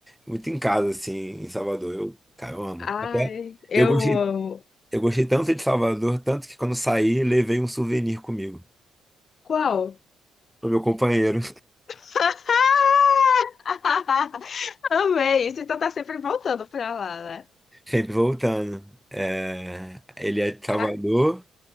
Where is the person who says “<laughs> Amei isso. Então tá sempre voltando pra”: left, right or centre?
Left